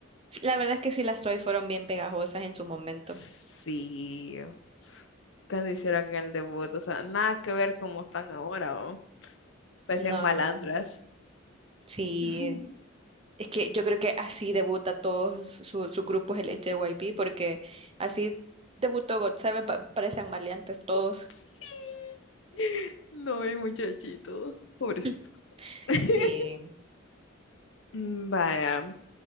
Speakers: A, on the right; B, on the left.
A: La verdad es que sí, las Twice fueron bien pegajosas en su momento.
B: Sí, cuando hicieron el debut, o sea, nada que ver como están ahora, ¿o? Parecían
A: No,
B: malandras.
A: sí,
B: <laughs>
A: Es que yo creo que así debuta todos su- sus grupos el, el JYP, porque así debutó God Seven, pa- parecen maleantes todos.
B: <laughs> Sí. No, mi muchachito. Pobrecito.
A: <laughs>
B: <laughs>
A: Sí,
B: Vaya,